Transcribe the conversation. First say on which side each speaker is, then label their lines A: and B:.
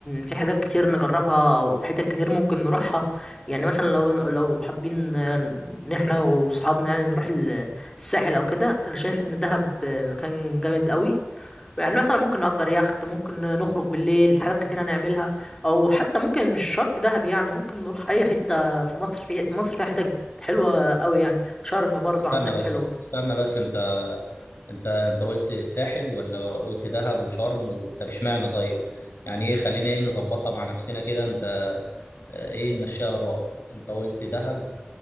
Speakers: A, on the left; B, on the left.
A: في حاجات كتير نجربها وحتت كتير ممكن نروحها يعني مثلا لو لو حابين ان احنا واصحابنا يعني نروح ال- الساحل او كده انا شايف ان دهب مكان جامد قوي يعني مثلا ممكن نأجر يخت ممكن نخرج بالليل حاجات كتير هنعملها او حتى ممكن مش شرط دهب يعني ممكن نروح اي حتة في مصر في مصر فيها حتت حلوة قوي يعني شرم برضه
B: استنى
A: عندك
B: بس
A: حلوة
B: استنى بس أنت أنت أنت قلت الساحل ولا قلت دهب وشرم و... طب اشمعنى طيب؟ يعني إيه خلينا إيه نظبطها مع نفسنا كده أنت آه، إيه نمشيها آراء أنت قلت دهب